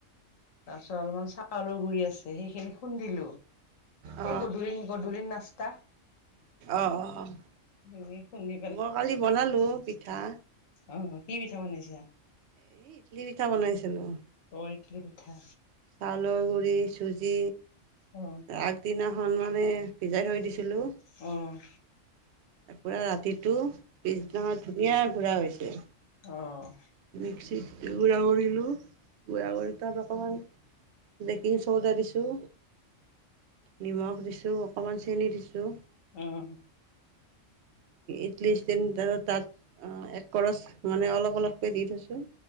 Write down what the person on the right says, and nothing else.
অ
অ' অ'
মই কালি বনালো পিঠা।
এই ইডলি পিঠা বনাইছিলোঁ।
চাউলৰ গুড়ি, চুজি
আগদিনাখন মানে ভিজাই থৈ দিছিলোঁ।
এক পুৰা ৰাতিটো পিছদিনা ধুনীয়া গুৰা হৈছে।
মিক্সিত গুড়া কৰিলোঁ, গুড়া কৰি তাত অকমান- বেকিং চৌদা দিছো। নিমখ দিছোঁ অকমান চেনি দিছোঁ।
ইডলি ষ্টেণ্ডডালৰ তাত এক কৰচ মানে অলপ অলপ- কে দি থৈছো।